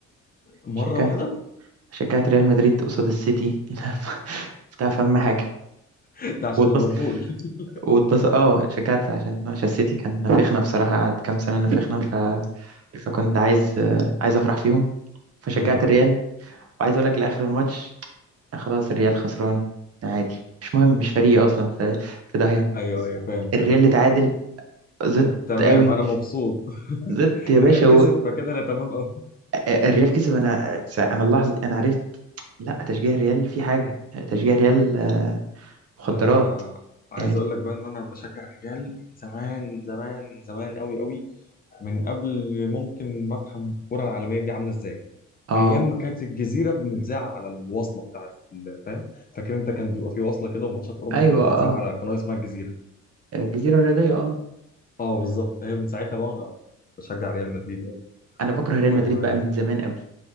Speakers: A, on the left; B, on the right.
A: مرة
B: شجعت
A: واحدة
B: شجعت ريال مدريد قصاد السيتي <laughs> بتاع فم حاجة
A: <laughs> ده عشان
B: واتبص
A: ليفربول <laughs>
B: واتبص اه شجعت عشان عشان السيتي كان نافخنا بصراحة قعد كام سنة نافخنا ف... فكنت عايز آه، عايز افرح فيهم فشجعت
A: ايوه
B: الريال
A: ايوه
B: وعايز اقول لك لاخر الماتش آه، خلاص الريال خسران عادي مش مهم مش فريقي اصلا ف- في داهية
A: ايوه ايوه فاهم فاهم
B: الريال اللي تعادل زدت
A: آه، تمام
B: قوي
A: انا مبسوط <laughs>
B: زدت يا
A: الريال
B: باشا
A: كسب
B: و...
A: فكده انا تمام قوي
B: الريال كسب انا س- انا اللحظه دي انا عرفت لا تشجيع الريال في حاجه تشجيع الريال آه، مخدرات
A: انا عايز
B: يعني
A: اقول لك بقى ان انا بشجع الريال من زمان من زمان من زمان قوي قوي من قبل ممكن ما افهم الكرة العالمية دي عاملة ازاي
B: اه
A: ايام ما كانت الجزيرة بنتذاع على الوصلة بتاعت ال- فاهم فاكر انت كان بيبقى في وصلة كده وماتشات اوروبا
B: ايوه
A: كلها بتتذاع
B: اه
A: على قناة اسمها الجزيرة
B: الجزيره الرياضيه اه
A: اه بالظبط هي من ساعتها بقى وانا بشجع ريال مدريد يعني
B: انا بكره ريال
A: و
B: مدريد بقى من زمان قوي